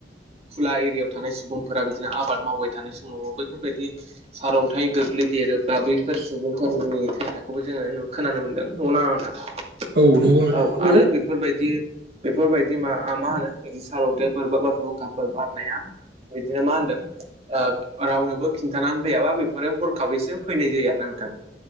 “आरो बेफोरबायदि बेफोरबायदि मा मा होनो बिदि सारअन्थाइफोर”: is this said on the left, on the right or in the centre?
Right